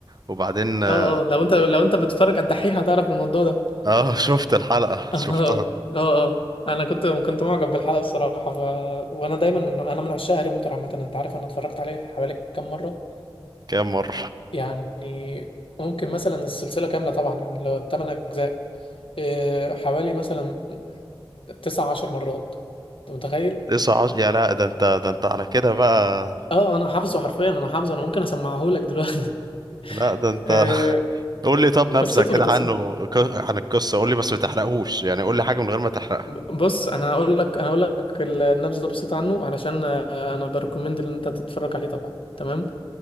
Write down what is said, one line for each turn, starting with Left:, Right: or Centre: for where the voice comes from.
Right: وبعدين <laughs>
Left: اه اه لو انت لو انت بتتفرج على الدحيح هتعرف الموضوع ده <laughs>
Right: اه شفت الحلقة
Left: اه
Right: <laughs> شفتها
Left: اه اه اه. انا كنت كنت معجب بالحلقه الصراحه ف... وانا دايما من انا من عشاق هاري بوتر عامه انت عارف انا اتفرجت عليه حوالي كام مره
Right: كام مرة
Left: يعني ممكن مثلا السلسلة كاملة طبعا يعني لو تمن أجزاء إيه، حوالي مثلا تسع عشر مرات أنت متخيل؟
Right: تسعة عشر يا لا ده انت ده انت على كده بقى
Left: اه أنا حافظه حرفيا أنا حافظه أنا ممكن أسمعه لك دلوقتي <laughs>
Right: لا ده انت
Left: إيه،
Right: قول لي طب نبذة
Left: قصته
Right: كده
Left: دي قصته
Right: عنه ك- عن القصة قول لي بس ما تحرقهوش يعني قول لي حاجة من غير ما تحرقها
Left: بص أنا هقول لك أنا هقول لك النبذة بسيطة عنه علشان آه، أنا بريكومند إن أنت تتفرج عليه طبعا تمام